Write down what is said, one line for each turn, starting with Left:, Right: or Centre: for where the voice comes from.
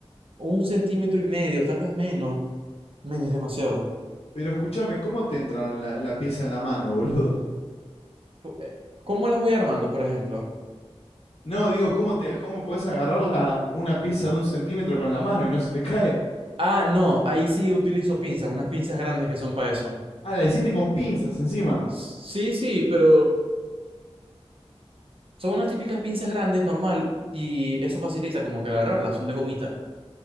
Right: un centímetro y medio, tal vez menos. Men, es demasiado.
Left: pero escúchame, ¿cómo te entra la, la pieza en la mano, boludo?
Right: Pu- eh, ¿Cómo las voy armando, por ejemplo?
Left: No, digo, ¿cómo, te, cómo podés agarrar la- una pieza de un centímetro con la mano y no se te cae?
Right: Ah, no, ahí sí utilizo pinzas, unas pinzas grandes que son para eso.
Left: Ah, la hiciste con pinzas encima.
Right: Sí, sí, pero Son unas típicas pinzas grandes, normal, y eso facilita como que agarrarlas, son de gomita,